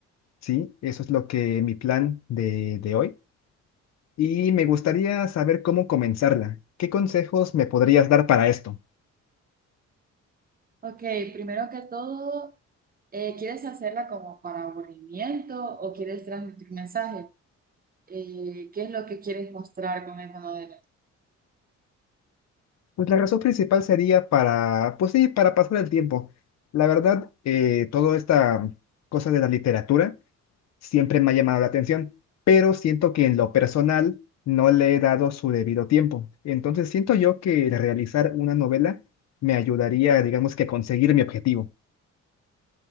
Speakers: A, on the left (about 60°); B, on the right (about 30°).
A: Sí, eso es lo que mi plan de, de hoy. Y me gustaría saber cómo comenzarla. ¿Qué consejos me podrías dar para esto?
B: Ok, primero que todo, eh, ¿quieres hacerla como para aburrimiento o quieres transmitir un mensaje? Eh, ¿qué es lo que quieres mostrar con esa novela?
A: Pues la razón principal sería para, pues sí, para pasar el tiempo. La verdad, eh, toda esta cosa de la literatura siempre me ha llamado la atención, pero siento que en lo personal no le he dado su debido tiempo. Entonces siento yo que el realizar una novela me ayudaría, digamos que a conseguir mi objetivo.